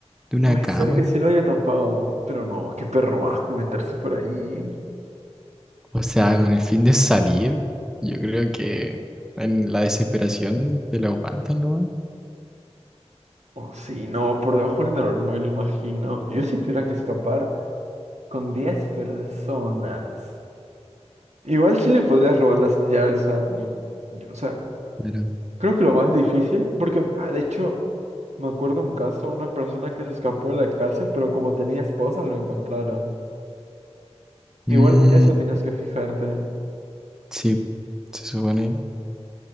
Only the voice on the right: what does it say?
Puede
ser que sí
lo haya tapado, pero no, qué perro asco meterse por ahí.
O sí, no, por debajo del inodoro no me lo imagino. Yo si tuviera que escapar con 10 personas. Igual sí le podrías robar las llaves a alguien. Yo, o sea,
Creo que lo más difícil, porque ah, de hecho me acuerdo un caso, una persona que se escapó de la cárcel, pero como tenía esposa, lo encontraron.
Igual eso tienes que fijarte.